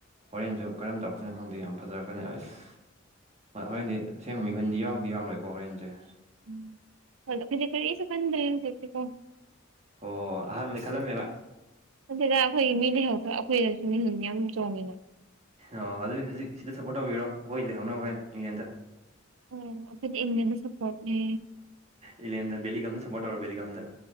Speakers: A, on the right (about 35°); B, on the right (about 90°).
A: ꯍꯣꯔꯦꯟꯁꯨ ꯀꯔꯝ ꯇꯧꯔꯛꯇꯣꯏꯅ‌ꯣ ꯈꯪꯗꯦ ꯌꯥꯝ ꯐꯖꯔꯛꯀꯅꯤ ꯑꯁ ꯍꯣꯔꯦꯟꯗꯤ ꯑꯁꯦꯡꯕ ꯃꯤꯍꯨꯟꯗꯤ ꯌꯥꯎꯗꯤ ꯌꯥꯎꯔꯣꯏꯀꯣ ꯍꯣꯔꯦꯟꯖ‌ꯦ
B: ꯎꯝ ꯈ‌ꯣꯏꯗꯤ ꯀꯔꯤꯁꯨ ꯈꯟꯗ‌ꯦ <unintelligible>
A: ꯑꯣ ꯑꯍꯥꯟꯕꯗꯗꯤ ꯈꯜꯂꯝꯃꯦꯕ
B: ꯅꯠꯇ‌ꯦꯗ ꯑꯩꯈꯣꯏꯒꯤ ꯃꯤ ꯂꯩꯍꯧꯕ ꯑꯩꯈꯣꯏꯅꯁꯨ ꯃꯤꯍꯨꯟ ꯌꯥꯝ ꯆꯣꯡꯉꯤꯅ
A: ꯑꯣ ꯑꯗꯨ ꯍꯧꯖꯤꯛ ꯁꯤꯗ ꯁꯞꯄꯣꯔꯠ ꯇꯧꯕꯤꯔꯣ ꯑꯩꯈꯣꯏ ꯂꯩꯍꯧꯅꯕ ꯍꯣꯔꯦꯟ ꯏꯪꯂꯦꯟꯗ
B: ꯑꯣ ꯑꯗꯨꯗꯤ ꯏꯪꯂ‌ꯦꯟꯗ ꯁꯄꯣꯔꯠꯅꯦ
A: ꯏꯪꯂ‌ꯦꯟꯗ ꯕ‌ꯦꯂꯤꯡꯒꯝꯗ ꯁꯄꯣꯔꯠ ꯇꯧꯔ‌ꯣ ꯕꯦꯂꯤꯡꯒꯝꯗ